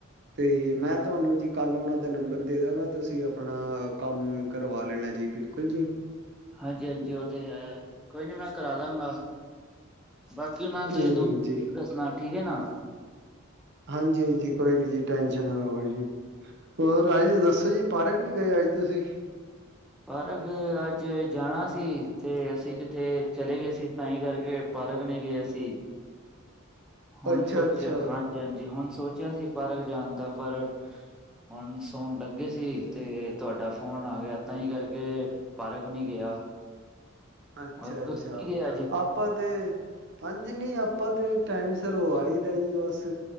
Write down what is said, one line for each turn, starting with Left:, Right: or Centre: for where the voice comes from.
Right: ਤੇ ਮੈਂ ਤਵਾਨੂੰ ਜੀ ਕੱਲ ਨੂੰ ਓਨਾ ਦਾ ਨੰਬਰ ਦੇ ਦਾਗਾ, ਤੁਸੀਂ ਅਪਣਾ, ਕੰਮ ਕਰਵਾ ਲੇਣਾ ਜੀ ਬਿਲਕੁਲ ਜੀ।
Centre: ਹਾਂਜੀ, ਹਾਂਜੀ। ਉਹ ਤੇ ਹੈ ਕੋਈ ਨੀ ਮੈਂ ਕਰਾ ਲਾਂਗਾ। ਬਾਕੀ ਉਹਨਾ ਨੂੰ
Right: ਹੂੰ
Centre: ਤੁਸੀਂ ਦ
Right: ਜੀ।
Centre: ਦੱਸਣਾ ਠੀਕ ਹੈ ਨਾ
Right: ਹਾਂਜੀ, ਹਾਂਜੀ। ਕੋਈ ਨੀ ਜੀ ਟੈਸ਼ਨ ਨਾ ਲਵੋ ਜੀ। ਹੋਰ ਅੱਜ ਦੱਸੋ ਜੀ ਪਾਰਕ ਨੀ ਗਏ ਅੱਜ ਤੁਸੀਂ?
Centre: ਪਾਰਕ ਅੱਜ ਜਾਣਾ ਸੀ ਤੇ ਅਸੀਂ ਕਿੱਥੇ ਚਲੇ ਗਏ ਸੀ ਤਾਂਹੀ ਕਰਕੇ ਪਾਰਕ ਨਹੀਂ ਗਿਏ ਅਸੀ ਹੁਣ
Right: ਅੱਛਾ-ਅੱਛਾ,
Centre: ਸੋਚਿਆ ਹਾਂ ਹਾਂਜੀ, ਹੁਣ ਸੋਚਿਆ ਸੀ ਪਾਰਕ ਜਾਣ ਦਾ ਪਰ ਹੁਣ ਸੋਣ ਲੱਗੇ ਸੀ ਤੇ ਤੁਹਾਡਾ ਫੋਨ ਆ ਗਿਆ। ਤਾਂ ਹੀ ਕਰਕੇ ਪਾਰਕ ਨਹੀਂ ਗਿਆ।
Right: ਅੱਛਾ,
Centre: ਤੁਸੀਂ
Right: ਅੱਛਾ ਆਪ
Centre: ਨਹੀਂ ਗਏ ਅੱਜ
Right: ਆਪਾਂ ਤੇ ਹਾਂਜੀ ਨਹੀਂ ਆਪਾਂ ਤੇ ਟਾਈਮ ਸਿਰੋ ਹੋਆਈ ਦਾ ਜੀ ਬਸ